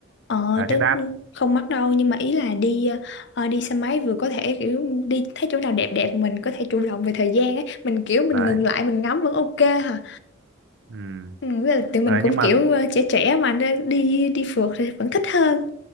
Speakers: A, on the left; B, on the right.
A: ờ
B: là
A: tớ
B: hết đắt
A: không mắc đâu nhưng mà ý là đi ờ, đi xe máy vừa có thể kiểu đi thấy chỗ nào đẹp đẹp mình có thể chủ động về thời gian ấy mình kiểu mình
B: đấy
A: ngừng lại mình ngắm vẫn ok hả
B: ừ.
A: ừ, với lại tụi mình
B: đấy
A: cũng
B: nhưng mà
A: kiểu ờ, trẻ trẻ mà nên đi đi phượt thì vẫn thích hơn